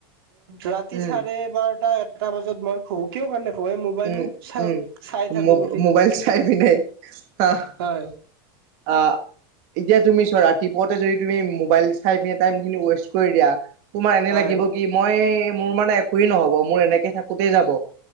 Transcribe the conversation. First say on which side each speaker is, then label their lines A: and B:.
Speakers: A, on the right (about 80°); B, on the right (about 50°).
A: ৰাতি
B: উম
A: চাৰে বাৰটা এটা বজাত মই খো কিয় মানে। হৈ মোবাইলো
B: উম
A: চ, চাই
B: উম
A: থাকো
B: মো
A: বুলি।
B: মোবাইল <unintelligible>
A: হয়
B: অ, এতিয়া তুমি চোৱা, ৰাতিপুৱাটে যদি তুমি মোবাইল চাই কেনে টাইম সিনি ৱেষ্ট কৰি দিয়া। তোমাৰ এনে
A: হয়।
B: লাগিব কি মই মোৰ মানে। নহ'ব মোৰ এনেকে থাকোতে যাব,